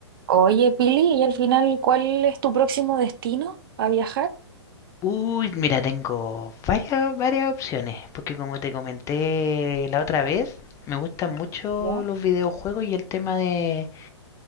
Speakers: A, on the right; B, on the left.
A: Oye, Pili, y al final, ¿cuál es tu próximo destino a viajar?
B: Uy, mira, tengo varias, varias opciones, porque como te comenté la otra vez, me gustan mucho
A: ¿Ya?
B: los
A: <laughs>
B: videojuegos y el tema de,